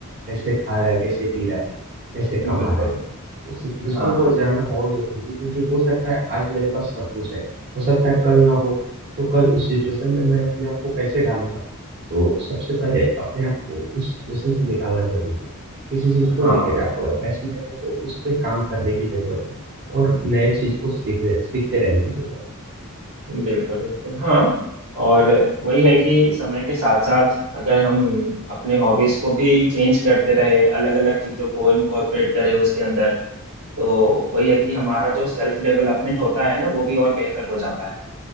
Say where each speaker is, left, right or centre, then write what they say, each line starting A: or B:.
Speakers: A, on the right; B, on the right.
A: कैसे खा रहा है कैसे पी रहा है कैसे
B: बिल्कुल
A: कमा रहा है उस सिचुएशन
B: हाँ
A: को जानना बहुत जरूरी है क्योंकि हो सकता है आज मेरे पास सब कुछ है हो सकता है कल ना हो तो कल उस सिचुएशन में मैं अपने आप को कैसे ढालूंगा तो सबसे पहले अपने आप को उस सिचुएशन से निकालना जरूरी है किसी चीज को
B: हाँ
A: लेकर आप अगर पैशनेट है तो उस पे काम करने की जरूरत है और नए चीज को सीख रहे- सीखते रहने की जरूरत
B: बिल्कुल बिल्कुल हाँ और वही है कि समय के साथ साथ अगर हम अपने हॉबीज को भी चेंज करते रहे अलग अलग चीजों को इनकॉर्पोरेट करें उसके अंदर तो वही है कि हमारा
A: हाँ
B: जो
A: है
B: सेल्फ
A: हाँ
B: डेवलपमेंट होता है ना वो भी और बेहतर हो जाता है